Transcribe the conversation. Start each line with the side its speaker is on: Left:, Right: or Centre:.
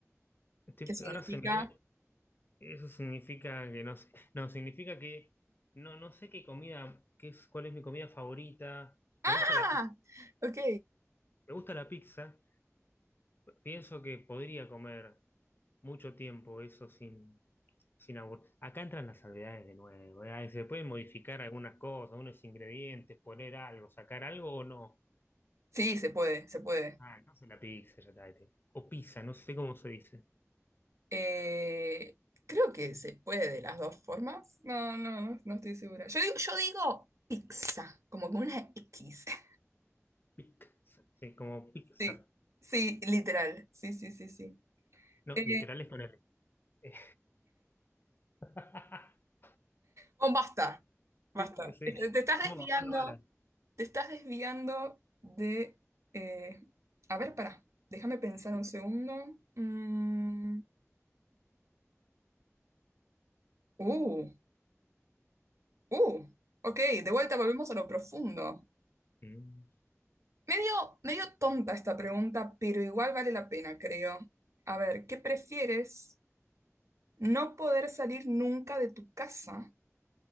Left: Estoy-
Right: ¿qué significa?
Left: ahora se me viene, eso significa que no sé, no, significa que no, no sé qué comida, qué es, cuál es mi comida favorita. Me
Right: Ah,
Left: gusta la, pi-
Right: ok.
Left: me gusta la pizza. Pienso que podría comer mucho tiempo eso sin Sin abur- Acá entran las salvedades de nuevo, ¿verdad? Y se pueden modificar algunas cosas, unos ingredientes, poner algo, sacar algo o no.
Right: Sí, se puede, se puede.
Left: Ah, entonces la pizza ya está. este. O pizza, no sé cómo se dice.
Right: Eh, creo que se puede de las dos formas. No, no, no, no estoy segura. Yo digo, yo digo pizza, como con una X. <laughs>
Left: Pizza, sí, como Pixar.
Right: Sí, sí, literal. Sí, sí, sí, sí.
Left: No,
Right: Eh,
Left: literal es con L. Eh, <laughs>
Right: bueno, basta, basta.
Left: Sí,
Right: Te, te estás
Left: ¿cómo
Right: desviando,
Left: bajó la vara?
Right: te estás desviando de... eh, a ver, pará, déjame pensar
Left: Sí.
Right: un segundo. Mm, uh, uh, ok, de vuelta volvemos a lo profundo.
Left: Mm.
Right: Medio, medio tonta esta pregunta, pero igual vale la pena, creo. A ver, ¿qué prefieres? ¿No poder salir nunca de tu casa